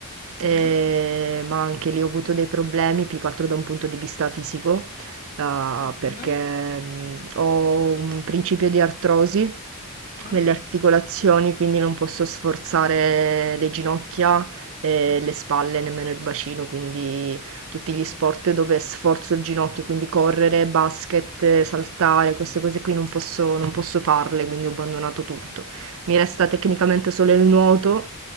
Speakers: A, on the right; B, on the left.
A: eh,
B: Mhm.
A: ma anche lì ho avuto dei problemi, più che altro da un punto di vista fisico, ah,
B: Ah, come
A: perché
B: mai?
A: mh, ho un principio di artrosi
B: Ah,
A: nelle articolazioni, quindi non posso sforzare le ginocchia e
B: mh.
A: le spalle, nemmeno il bacino, quindi tutti gli sport
B: Okay.
A: dove sforzo il ginocchio, quindi correre, basket,
B: Eh.
A: saltare, queste cose qui non posso, non posso farle, quindi ho abbandonato tutto. Mi resta tecnicamente solo il nuoto